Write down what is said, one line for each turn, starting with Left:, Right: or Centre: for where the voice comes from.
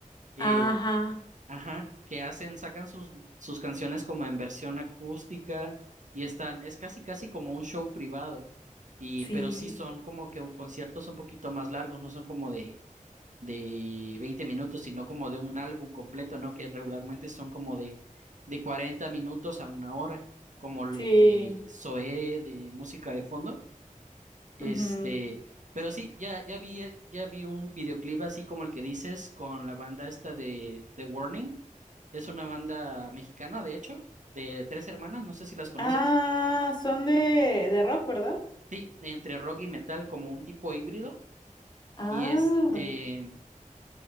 Right: eh,
Left: Ajá,
Right: Ajá, que hacen, sacan sus, sus canciones como en versión acústica y están, es casi casi como un show privado. Y,
Left: sí.
Right: pero sí son como que conciertos un poquito más largos, no son como de, de 20 minutos, sino como de un álbum completo, ¿no? Que regularmente son como de, de 40 minutos a una hora, como el
Left: Sí.
Right: de Zoé de música de fondo. Este,
Left: Ujú.
Right: pero sí, ya, ya vi, eh, ya vi un videoclip así como el que dices con la banda esta de The Warning. Es una banda mexicana, de hecho, de tres hermanas, no sé si las conoces.
Left: Ah, son de, de rock, ¿verdad?
Right: Sí, entre rock y metal, como un tipo híbrido.
Left: Ah.
Right: Y este,